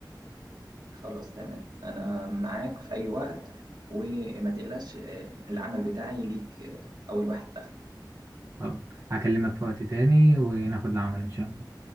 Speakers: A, on the right (about 60°); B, on the right (about 40°).
A: خلاص تمام انا معاك في اي وقت وما تقلقش آه، العمل بتاعي ليك آه، اول واحد دخل
B: خلاص هكلمك في وقت تاني وناخد العمل إن شاء الله